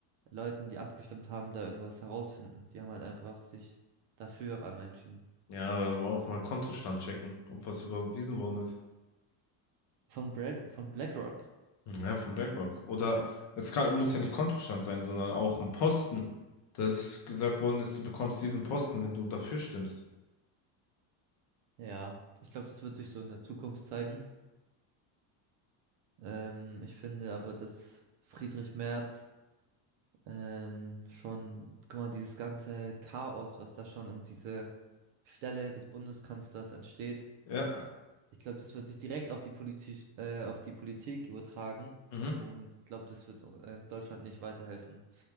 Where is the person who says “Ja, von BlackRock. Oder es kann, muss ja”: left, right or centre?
Left